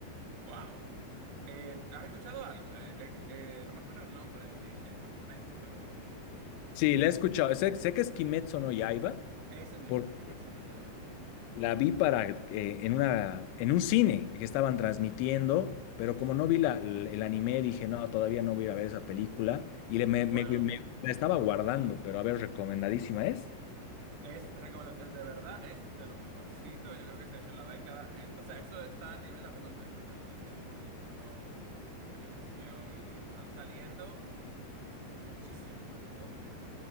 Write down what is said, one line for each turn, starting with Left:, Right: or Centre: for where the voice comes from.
Right: ¡Wow! Eh, ¿has escuchado algo? Eh, eh, eh, no me acuerdo el nombre en, en japonés, pero
Left: sí, la he escuchado. Sé, sé que es Kimetsu no Yaiba,
Right: ese mismo,
Left: porque
Right: Kimetsu no Yaiba.
Left: la vi para, eh, en una, en un cine que estaban transmitiendo, pero como no vi la, el el anime, dije, no, todavía no voy a ir a ver esa película. Y le- me,
Right: Bueno,
Left: me, me- me la estaba guardando, pero a ver, recomendadísima es.
Right: es recomenda- es de verdad es de lo mejorcito, yo creo que se ha hecho en la década. Es- o sea, eso está a nivel Attack on Titan realmente, en producción, animación, y están saliendo muchísimos episodios.